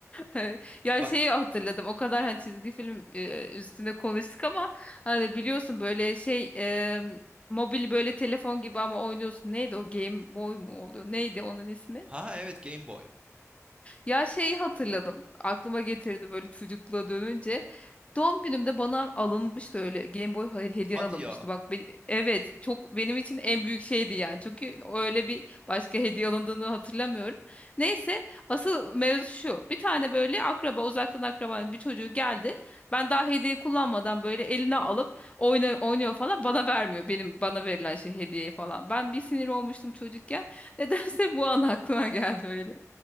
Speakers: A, on the left (about 25°); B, on the right (about 20°).
A: Evet. Ya
B: Bak
A: şeyi hatırladım o kadar hani çizgi film e, üstüne konuştuk ama hani biliyorsun böyle şey e, mobil böyle telefon gibi ama oynuyorsun. Neydi o Game Boy mu oluyor? Neydi onun ismi?
B: ha evet Game Boy.
A: Ya şeyi hatırladım. Aklıma getirdi böyle çocukluğa dönünce. Doğum günümde bana alınmıştı öyle Game Boy hayır hediye
B: Hadi
A: alınmıştı.
B: ya.
A: Bak ben, evet çok benim için en büyük şeydi yani. Çünkü öyle bir başka hediye alındığını hatırlamıyorum. Neyse asıl mevzu şu. Bir tane böyle akraba uzaktan akrabanın bir çocuğu geldi. Ben daha hediye kullanmadan böyle eline alıp oyna, oynuyor falan bana vermiyor. Benim bana verilen şey hediyeyi falan. Ben bir sinir olmuştum çocukken. <laughs> Nedense bu an aklıma geldi öyle.